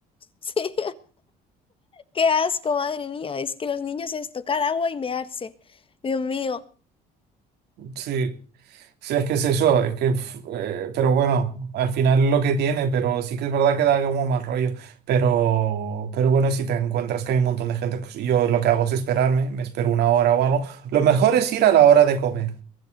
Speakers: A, on the left; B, on the right.
A: <laughs> sí. Qué asco, madre mía, es que los niños es tocar agua y mearse. Dios mío.
B: Sí. Sí, es que es eso, es que, pf, eh, pero bueno, al final lo que tiene, pero sí que es verdad que da como mal rollo, pero, pero bueno, si te encuentras que hay un montón de gente, pues yo lo que hago es esperarme, me espero una hora o algo. Lo mejor es ir a la hora de comer,